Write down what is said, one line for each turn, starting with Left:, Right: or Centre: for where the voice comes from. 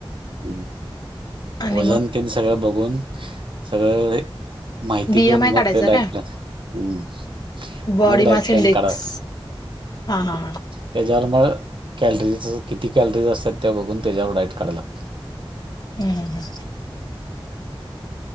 Right: हम्
Left: आणि
Right: वजन
Left: मग
Right: तेन सगळं बघून सगळं माहिती
Left: बीएम
Right: घेऊन
Left: आय काढायचा
Right: मग ते डायट
Left: काय
Right: प्लॅन हम्
Left: बॉडी
Right: मग डाईट
Left: मास
Right: प्लॅन
Left: इंडेक्स
Right: काडाय लागते.
Left: हा हा हा
Right: त्याच्यावर म कॅलरीज किती कॅलरीज असत्यात त्या बघून त्याच्यावर डाईट काढाय लागत.
Left: हम् हम हं.